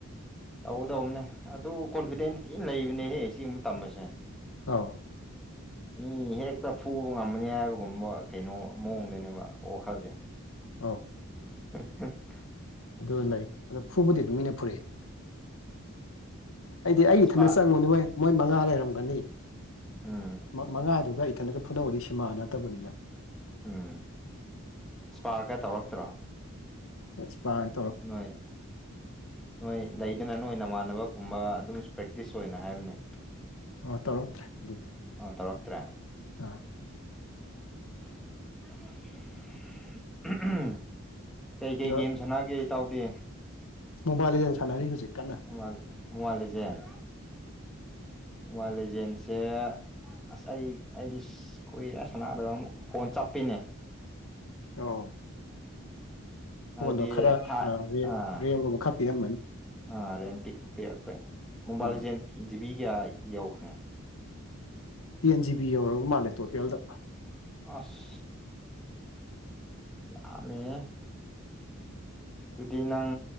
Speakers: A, in the centre; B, on the left (about 70°).
A: ꯇꯧꯒꯗꯧꯅꯦ ꯑꯗꯨ ꯀꯣꯟꯐꯤꯗꯦꯟꯁ ꯊꯤꯟ ꯂꯩꯕꯅꯦꯍꯦ ꯁꯤ ꯇꯝꯕꯖꯦ
B: ꯑꯧ
A: ꯃꯤ ꯍꯦꯛꯇ ꯐꯨꯕ ꯉꯝꯃꯅꯤ ꯍꯥꯏꯕꯒꯨꯝꯕ ꯀꯩꯅꯣ ꯃꯑꯣꯡꯗꯅꯦꯕ ꯋꯥꯈꯜꯖꯦ
B: ꯑꯧ
A: <unintelligible>
B: ꯑꯗꯨ ꯂꯩ ꯑꯗꯣ ꯐꯨꯕꯗꯤ ꯑꯗꯨꯝ ꯃꯤꯅ ꯐꯨꯔꯛꯑꯦ ꯑꯩꯗꯤ ꯑꯩ
A: ꯏꯁꯄꯥ
B: ꯏꯊꯟ ꯆꯪꯕꯅꯦ ꯃꯣꯏ ꯃꯣꯏ ꯃꯉꯥ ꯂꯩꯔꯝꯒꯅꯤ
A: ꯎꯝ
B: ꯃꯛ ꯃꯉꯥꯗꯨꯒ ꯏꯊꯟꯗꯒ ꯐꯨꯅꯧꯋꯣꯗꯤ ꯁꯤꯃꯥ ꯅꯠꯇꯕꯅꯤꯅ
A: ꯎꯝ ꯏꯁꯄꯥꯔꯀ ꯇꯧꯔꯛꯇ꯭ꯔꯣ
B: ꯁꯄꯥꯥꯏ
A: ꯅꯣꯏ ꯅꯣꯏ ꯂꯩꯗꯅ ꯅꯣꯏ ꯅꯃꯥꯟꯅꯕ ꯀꯨꯝꯕ ꯑꯗꯨꯝ ꯏꯁꯄꯦꯛꯇꯤꯁ ꯑꯣꯏꯅ ꯍꯥꯏꯕꯅꯦ
B: ꯑꯣ ꯇꯧꯔꯛꯇ꯭ꯔꯦ ꯑꯗꯨꯗꯤ
A: ꯑꯥ ꯇꯧꯔꯛꯇ꯭ꯔꯦ
B: ꯑꯥ
A: <unintelligible> ꯀꯩ ꯀꯩ
B: ꯑꯗꯣ
A: ꯒꯦꯝ ꯁꯥꯟꯅꯒꯦ ꯏꯇꯥꯎꯗꯤ
B: ꯃꯣꯕꯥꯏꯜ ꯂꯤꯖꯦꯟ ꯁꯥꯟꯅꯔꯤ ꯍꯧꯖꯤꯛ ꯀꯟꯅ
A: ꯃꯣꯕꯥꯏꯜ ꯃꯣꯕꯥꯏꯜ ꯂꯤꯖꯦꯟ ꯃꯣꯕꯥꯏꯂꯤꯖꯦꯟꯁꯦ ꯑꯁ ꯑꯩ ꯑꯩꯗꯤ ꯀꯨꯏꯔꯦ ꯁꯟꯅꯥꯗꯕ ꯑꯃꯨꯛ ꯐꯣꯟ ꯆꯞꯄꯤꯅꯦ
B: ꯑꯣ
A: ꯍꯥꯏꯗꯤ
B: ꯐꯣꯟꯗꯣ ꯈꯔ
A: ꯊꯥ
B: ꯑꯥ ꯔꯦꯝ
A: ꯑꯥ
B: ꯔꯦꯝꯒꯨꯝꯕ ꯈꯔ ꯄꯤꯑꯝꯃꯅꯤ
A: ꯑꯥ ꯔꯦꯝ ꯄꯤꯛ ꯄꯤꯄꯦ ꯃꯣꯕꯥꯏꯜ
B: ꯑꯥ
A: ꯂꯤꯖꯦꯜ ꯖꯤꯕꯤ ꯀꯌꯥ ꯌꯧꯈ꯭ꯔꯦ
B: ꯇꯦꯟ ꯖꯤ ꯕꯤ ꯌꯧꯔꯕ ꯃꯥꯜꯂꯦ ꯇꯣꯇꯦꯜꯗ
A: ꯑꯁ ꯌꯥꯝꯃꯤꯍꯦ ꯑꯗꯨꯗꯤ ꯅꯪ ꯅꯪ